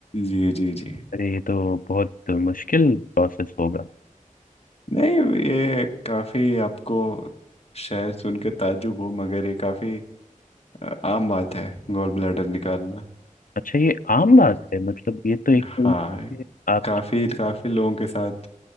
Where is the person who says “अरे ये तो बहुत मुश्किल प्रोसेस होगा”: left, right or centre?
Left